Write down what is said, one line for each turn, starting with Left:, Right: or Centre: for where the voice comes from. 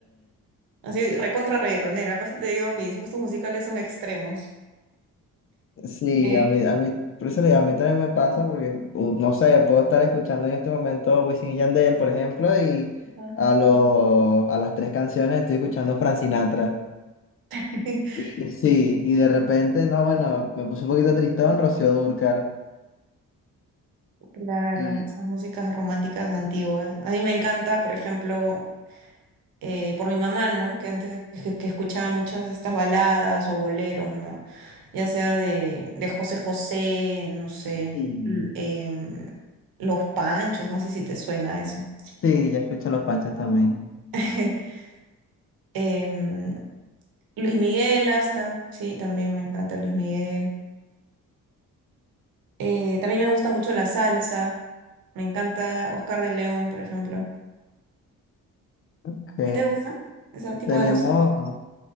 Right: así recontra reggaetonera. Por eso te digo, mis gustos musicales son extremos.
Left: Sí,
Right: Eh,
Left: a mí, a mí, por eso le digo, a mí también me pasa porque, u- no sé, puedo estar escuchando en este momento Wisin y Yandel, por ejemplo, y
Right: ajá.
Left: a, los a las tres canciones estoy escuchando Frank Sinatra.
Right: <laughs>
Left: Y, y sí, y de repente, no, bueno, me puse un poquito tristón, Rocío Dúrcal.
Right: Claro,
Left: Y
Right: esas músicas románticas antiguas. A mí me encanta, por ejemplo, eh, por mi mamá, ¿no? Que antes que, que escuchaba muchas de estas baladas o boleros, ¿no? Ya sea de, de José José, no sé,
Left: sí,
Right: l- em, Los Panchos, no sé si te suena eso.
Left: sí, ya escucho Los Panchos también.
Right: <laughs> Em, Luis Miguel hasta, sí, también me encanta Luis Miguel. Eh, también me gusta mucho la salsa, me encanta Oscar de León, por ejemplo.
Left: Ok,
Right: ¿Sí te gusta ese tipo
Left: tenemos,
Right: de música?